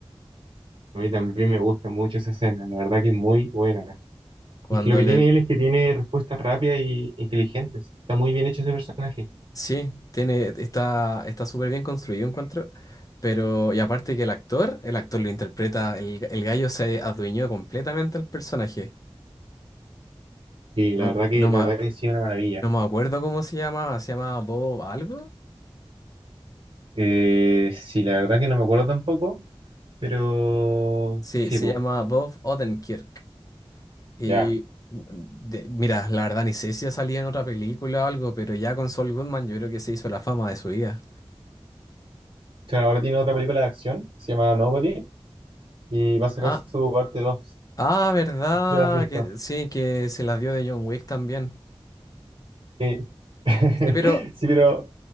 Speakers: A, on the right; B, on the left.
A: A mí también me gusta mucho esa escena, la verdad que es muy buena.
B: Cuando
A: Es que lo que
B: le,
A: tiene él es que tiene respuestas rápidas y inteligentes, está muy bien hecho ese personaje.
B: Sí, tiene, está, está súper bien construido, encuentro. Pero, y aparte que el actor, el actor lo interpreta, el, el gallo se adueñó completamente al personaje.
A: Sí,
B: No,
A: la verdad que,
B: no,
A: la
B: ma-
A: verdad que sí, una maravilla.
B: no me acuerdo cómo se llamaba, ¿se llama Bob algo?
A: Eh, sí, la verdad que no me acuerdo tampoco, pero
B: Sí,
A: sí,
B: se
A: pues,
B: llama Bob Odenkirk. Y
A: ya.
B: de- mira, la verdad ni sé si ha salido en otra película o algo, pero ya con Saul Goodman yo creo que se hizo la fama de su vida.
A: O sea, ahora tiene otra película de acción, se llama Nobody y va a sacar
B: Ah,
A: su parte dos
B: ah, verdad,
A: No sé si la has visto.
B: que sí, que se la dio de John Wick también.
A: Sí, <laughs>
B: Sí, pero.
A: sí, pero